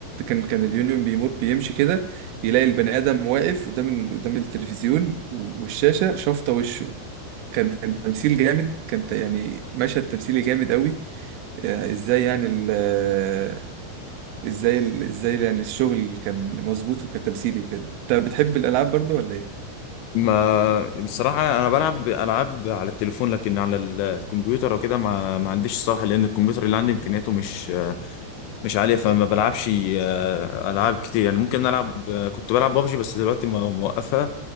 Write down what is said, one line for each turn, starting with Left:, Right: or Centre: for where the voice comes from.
Right: كان كان اليونيون بيمر بيمشي كده يلاقي البني ادم واقف قدام ال... قدام التلفزيون و- والشاشه شافطه وشه كان كان تمثيل جامد كان ت- يعني مشهد تمثيلي جامد قوي آه، ازاي يعني ال... آه، ازاي ال... ازاي يعني الشغل كان مظبوط وكان تمثيلي وكده انت بتحب الالعاب برضه ولا ايه؟
Left: ما بصراحة أنا بلعب ألعاب على التليفون لكن على الكمبيوتر وكده ما, ما عنديش الصراحة لأن الكمبيوتر اللي عندي إمكانياته مش مش عالية فما بلعبش آه، ألعاب كتير يعني ممكن ألعب آه، كنت بلعب بابجي بس دلوقتي مو- موقفها